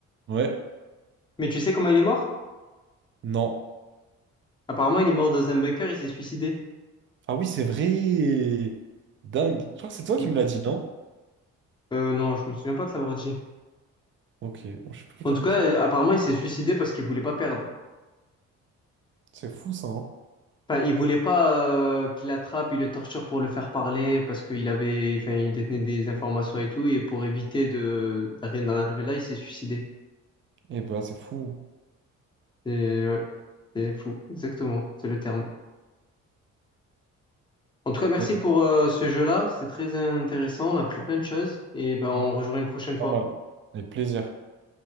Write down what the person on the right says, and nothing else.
Ouais,
non.
Ah oui, c'est vrai! Dingue.
Je crois que c'est toi
qui me l'as dit, non?
Ok, bon, je sais plus
qui
me
l'a dit.
C'est fou ça, hein?
Et bah c'est fou.
T'as-
ouais,
Normal. Avec plaisir.